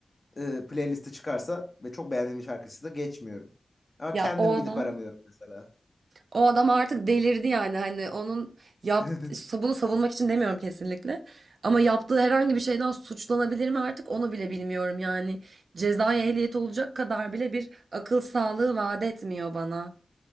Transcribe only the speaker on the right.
Ya
o adam,
o adam artık delirdi yani hani onun yaptığı,
bunu savunmak için demiyorum kesinlikle. Ama yaptığı herhangi bir şeyden suçlanabilir mi artık onu bile bilmiyorum yani. Cezai ehliyeti olacak kadar bile bir akıl sağlığı vaat etmiyor bana.